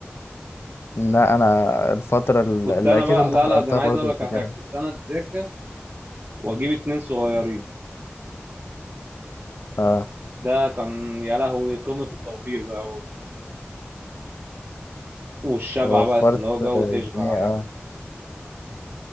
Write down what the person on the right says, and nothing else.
كنت
انا
بقى
لا
لا ده انا
عايز اقول لك على
حاجه كنت انا اتذاكى واجيب اتنين صغيرين
ده كان يا لهوي قمه التوفير بقى وال- والشبع
بقى اللي هو جو
تشبع
ايوه